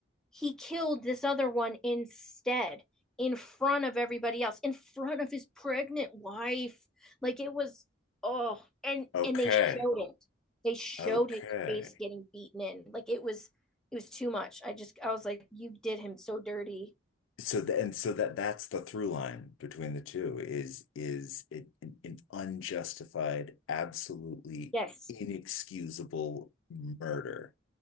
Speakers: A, in the centre; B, on the left.
A: he killed this other one instead in front of everybody else in front of his pregnant wife like it was oh and
B: okay.
A: and they showed it they showed
B: Okay.
A: his face getting beaten in like it was it was too much i just i was like you did him so dirty
B: So the, and so that that's the through line between the two is is it, an, an unjustified, absolutely
A: yes
B: inexcusable murder.